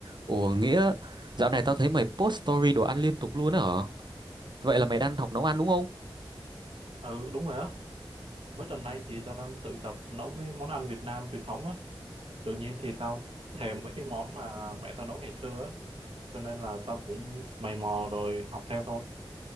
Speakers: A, on the right (about 55°); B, on the right (about 90°).
A: Ủa nghĩa dạo này tao thấy mày post story đồ ăn liên tục luôn á hả? Vậy là mày đang học nấu ăn đúng không?
B: Ừ đúng rồi á Mấy tuần nay thì tao đang tự tập nấu mấy món ăn Việt Nam truyền thống á Tự nhiên thì tao thèm mấy cái món mà mẹ tao nấu ngày xưa á Cho nên là tao cũng mày mò rồi học theo thôi